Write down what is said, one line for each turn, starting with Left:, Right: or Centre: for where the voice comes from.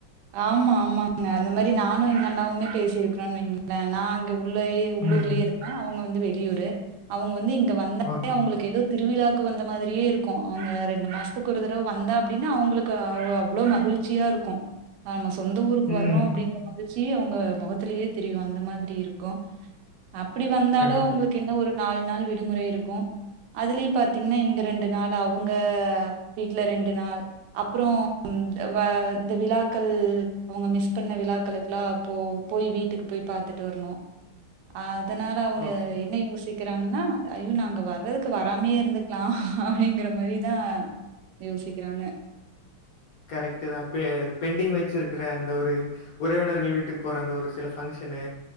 Right: ஆமா ஆமாங்க அந்த மாரி நானு எங்க அண்ணாவுமே பேசியிருக்குறேனு வெய்களே நா அங்க உள்ளயே உள்ளூர்லே
Left: ம்.
Right: இருப்பே அவுங்க வந்து வெளியூரு அவுங்க வந்து இங்க வந்தாலே
Left: ஓகே.
Right: அவுகளுக்கு ஏதோ திருவிழாவுக்கு வந்த மாரியே இருக்கு அவுங்க ரெண்டு மாசத்துக்கு ஒரு தடவை வந்தா அப்டினா அவுகளுக்கு அவ அவ்ளோ மகிழ் ச்சியா இருக்கு நாம சொந்த ஊருக்கு
Left: ம்.
Right: வர்றோ அப்டிங்ற மாரி மகிழ்ச்சி அவுங்க முகத்திலே தெரியு அந்த மாதிரி இருக்கு அப்டி வந்தாலு
Left: கண்டிப்பா.
Right: அவுங்களுக் எனக் ஒரு நாலு நாள் விடுமுறை இருக்கு அதுலயு பாத்தீங்னா இங்க ரெண்டு நாள் அவுங்க வீட்ல ரெண்டு நாள் அப்றோ த வே இந்த விழா க்கள் அவுங்க மிஸ் பண்ண விழாக்களுக்கெல்லா போ போய் வீட்டுக்கு போய் பாத்துட்டு வர்னு அதனால அவுங்க
Left: ஓகே.
Right: என்ன யோசிக் கறாங்கன்னா ஐயோ நா அங் வறதுக்கு வராமே இருந்துக்கலா அப்டிங்கற மாரி தா யோசிக்கறாங்க
Left: கரெக்ட்டு தா பெ பெண்டிங் வெச்சிருக்கற அந்த ஒரு உறவினர்கள் வீட்டுக்கு போறங்க ஒரு சில ஃபங்சனு